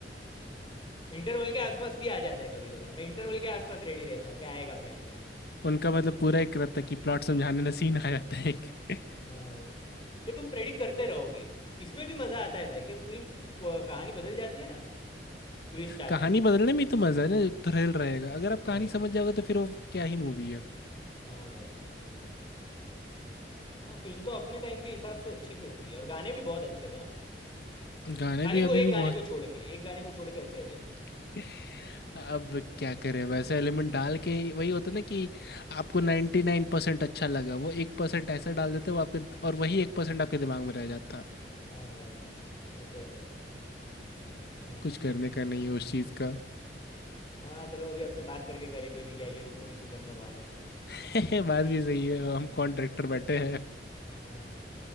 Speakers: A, on the left (about 30°); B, on the left (about 60°).
A: इंटरवल के आसपास भी आ जाता है कभी कभार मैं इंटरवल के आसपास रेडी रहता हूँ कि आएगा फ्लैशबैक
B: उनका मतलब पूरा एक रहता है कि प्लॉट समझाने में सीन आ जाता है एक
A: हाँ
B: <laughs>
A: भाई कि तुम प्रेडिक्ट करते रहोगे इसमें भी मज़ा आता है भाई कि पूरी खूब अ, कहानी बदल जाती है ना ट्विस्ट आता
B: कहानी
A: है
B: बदलने में ही तो मजा है ना जो थ्रिल
A: हम्म,
B: रहेगा अगर आप
A: हाँ
B: कहानी
A: भाई
B: समझ जाओगे तो फिर वो क्या ही मूवी है
A: हाँ भाई हाँ फिल्म तो अपने टाइम के हिसाब से अच्छी तो थी और गाने भी बहुत अच्छे थे हाँ
B: गाने
A: खाली
B: भी अभी
A: वो एक
B: भी
A: गाने
B: बहुत
A: को छोड़ के एक गाने को छोड़ के अच्छे थे
B: <laughs> अब क्या करें वैसे एलिमेंट डाल के ही- वही होता ना कि आपको 99% अच्छा लगा वो एक परसेंट ऐसा डाल देते वो आपके और वही एक परसेंट आपके दिमाग में रह जाता है
A: हाँ भाई वो तो है हाँ
B: कुछ करने का नहीं है उस चीज का
A: हाँ चलो अभी अपने बात करके करेंगे भी क्या ये लोग थोड़ी सुधरने वाले हैं
B: <laughs> बात भी सही है हम कौन डायरेक्टर बैठे
A: हाँ हाँ